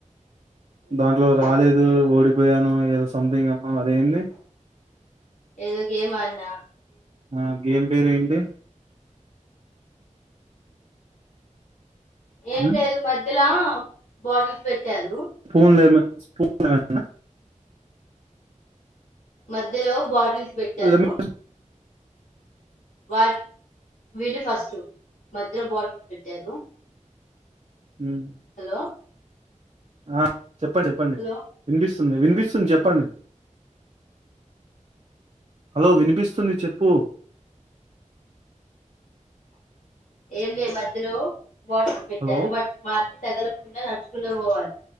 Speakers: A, on the right; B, on the left.
A: దాంట్లో
B: ఏదో
A: రాలేదు
B: గేమ్
A: ఓడిపోయాను ఏదో సంథింగ్ అన్నావ్ అద్. దేంది
B: ఏదో గేమాన్నా
A: ఆ గేమ్ పేరేంటి.
B: ఏం
A: ఆ?
B: లేదు మధ్యలా బాటిల్స్ పెట్టారు
A: పూన్ లెమె స్పూన్ లెమెనా.
B: మధ్యలో బాటిల్ పెట్టారు
A: లెమన్
B: వాట్ విను ఫస్టు మధ్య లో బాటిల్స్ పెట్టారు.
A: ఉమ్
B: హలో
A: ఆ చెప్పండి చెప్పండి
B: హలో
A: వినిపిస్ వినిపిస్తుంది చెప్పండి హలో వినిపిస్తుంది చెప్పు
B: ఏం లే మధ్యలో బాటిల్ పెట్టారు
A: హలో
B: దానికి నడుచుకుంట పోవాలి